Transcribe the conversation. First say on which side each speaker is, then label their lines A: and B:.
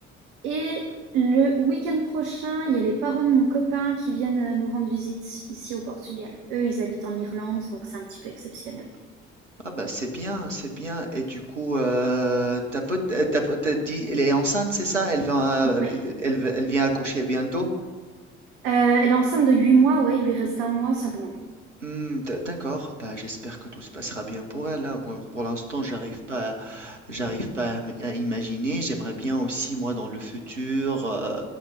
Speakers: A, on the right (about 65°); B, on the right (about 85°).
A: Et le week-end prochain, il y a les parents de mon copain qui viennent euh, nous rendre visite ici au Portugal. Eux, ils habitent en Irlande, donc c'est un petit peu exceptionnel.
B: Ah bah c'est bien, c'est bien. Et du coup, euh, ta pote, euh, ta pote, t'as dit, elle est enceinte, c'est ça? Elle va,
A: Ouais.
B: euh, elle, elle elle vient accoucher bientôt?
A: Euh, elle est enceinte de 8 mois, ouais, il lui reste un mois seulement.
B: Hmm, d- d'accord. Bah j'espère que tout se passera bien pour elle. hein. Moi, pour l'instant, j'arrive pas j'arrive pas à, m- à imaginer. J'aimerais bien aussi, moi, dans le futur, euh,